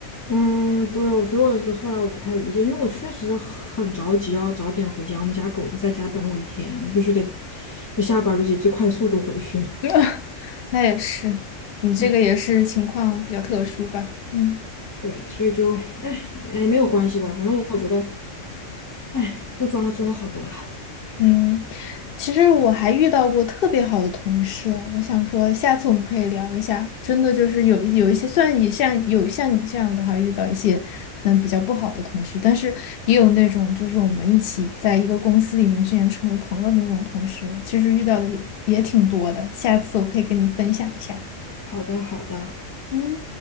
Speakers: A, on the left; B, on the left.
A: 嗯，对，我所以我是后来我不太理解，因为我确实很着急要早点回家，我们家狗就在家等我一天，我就必须得就下班儿就是以最快速度回去。
B: <laughs> 那也是，你这个也是情况比较特殊吧？
A: 嗯，
B: 嗯。
A: 对，所以就哎哎没有关系吧，反正我觉得哎不装了之后好多了。
B: 嗯，其实我还遇到过特别好的同事，我想说下次我们可以聊一下。真的就是有有一些，算然也像有像你这样的话，遇到一些可能比较不好的同事，但是也有那种就是我们一起在一个公司里面居然成为朋友的那种同事，其实遇到的也也挺多的。下次我可以跟你分享一下。
A: 好的，好的。
B: 嗯。